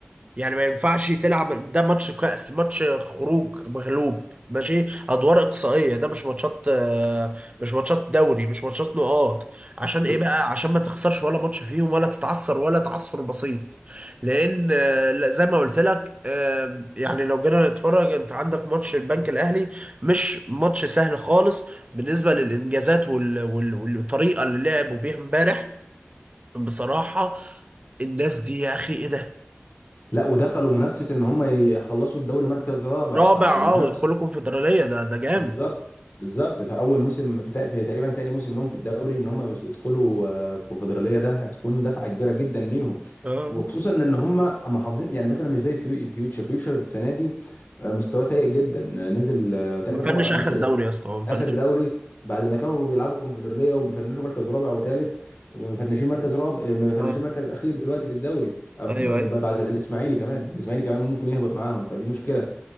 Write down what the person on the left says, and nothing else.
ب...
لا ودخلوا منافسه ان هم يخلصوا الدوري مركز رابع
فهينافسوا
بالظبط بالظبط في اول موسم في, تق- في تقريبا تاني موسم لهم في الدوري ان هم يدخلوا آه، الكونفدراليه ده هتكون دفعه كبيره جدا ليهم
وخصوصا ان هم محافظين يعني مثلا مش زي فيو فيوتشر فيوتشر السنه دي آه، مستواه سيء جدا آه، نزل آه، تقريبا
هو
مركز
اخر دوري بعد ما كانوا بيلعبوا الكونفدراليه وبيفنشوا مركز رابع وثالث مفنشين مركز رابع آه، مفنشين
مركز اخير دلوقتي في الدوري آه، ب-
بعد الاسماعيلي كمان والاسماعيلي كمان ممكن يهبط معاهم فدي مشكله